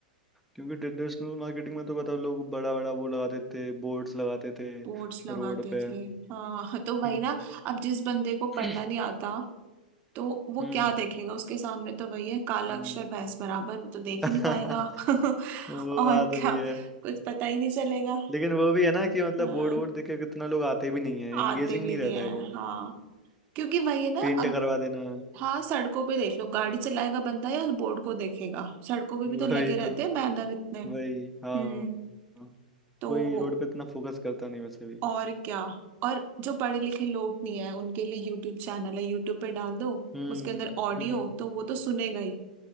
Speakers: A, in the centre; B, on the right.
A: क्योंकि ट्रेडिशनल मार्केटिंग में तो बताओ लोग बड़ा बड़ा वो लगाते थे बोर्ड्स लगाते थे
B: बोर्ड्स लगाते
A: रोड पे
B: थे हाँ तो वही
A: हम्म
B: ना अब जिस बंदे को
A: <clears throat>
B: पढ़ना नहीं आता तो वो
A: हम्म
B: क्या देखेगा उसके सामने तो वही है काला
A: हम्म
B: अक्षर भैंस बराबर वो तो देख
A: <laughs>
B: ही नहीं पाएगा <laughs>
A: वो
B: और
A: बात
B: क्या
A: भी है
B: कुछ पता ही नहीं चलेगा
A: लेकिन वो भी है ना कि मतलब
B: हाँ
A: बोर्ड वोर्ड देख के कितना लोग आते भी नहीं है एंगेजिंग
B: आते भी
A: नहीं
B: नहीं
A: रहता
B: है
A: है वो
B: हाँ क्योंकि वही है ना
A: पेंट
B: अब
A: करवा देना
B: हाँ सड़कों पे देख लो गाड़ी चलाएगा बंदा या उस बोर्ड को देखेगा सड़कों पे भी तो
A: वही
B: लगे रहते
A: तो
B: हैं बैनर इतने
A: वही
B: हम्म
A: हाँ हाँ।
B: तो
A: कोई रोड पे इतना फोकस करता नहीं वैसे भी
B: और क्या और जो पढ़े लिखे लोग नहीं है उनके लिए यूट्यूब चैनल है यूट्यूब पे डाल दो
A: हम्म
B: उसके अंदर ऑडियो
A: हम्म
B: तो वो तो सुनेगा ही